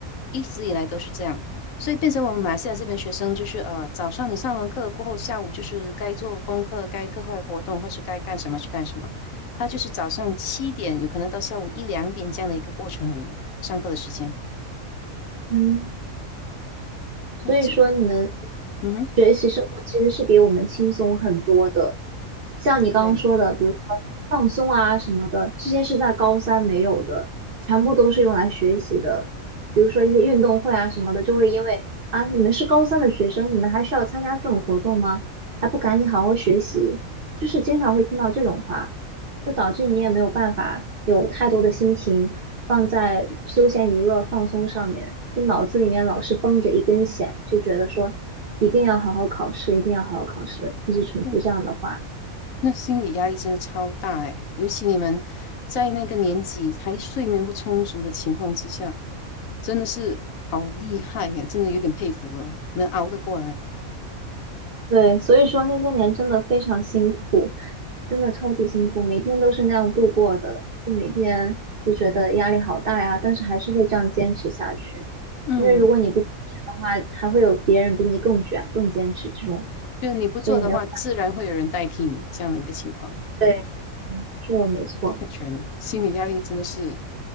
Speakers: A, on the left; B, on the right.
A: 一直以来都是这样，所以变成我们马来西亚这边学生就是呃早上你上完课过后，下午就是该做功课、该课外活动或是该干什么去干什么，他就是早上七点有可能到下午一两点这样的一个过程而已。上课的时间。
B: 嗯。所以说，
A: 哦，这，
B: 你们
A: 嗯哼，
B: 学习生活其实是比我们轻松很多的。像你刚刚说的，
A: 对
B: 比如说放松啊什么的，这些是在高三没有的，全部都是用来学习的。比如说一些运动会啊什么的，就会因为啊，你们是高三的学生，你们还需要参加这种活动吗？还不赶紧好好学习，就是经常会听到这种话。就导致你也没有办法有太多的心情放在休闲娱乐放松上面，就脑子里面老是绷着一根弦，就觉得说一定要好好考试，一定要好好考试，一直重复这样的话。
A: 对，那心理压力真的超大哎，尤其你们在那个年纪还睡眠不充足的情况之下，真的是好厉害呀，真的有点佩服了，能熬得过来。
B: 对，所以说那些年真的非常辛苦，真的超级辛苦，每天都是那样度过的，就每天都觉得压力好大呀，但是还是会这样坚持下去，
A: 嗯，
B: 因为如果你不坚持的话，还会有别人比你更卷、更坚持这种，
A: 就是你不做的话，
B: 所以没有。
A: 自然会有人代替你这样的一个情况，
B: 对，嗯，是的，没错，
A: 太悬了，心理压力真的是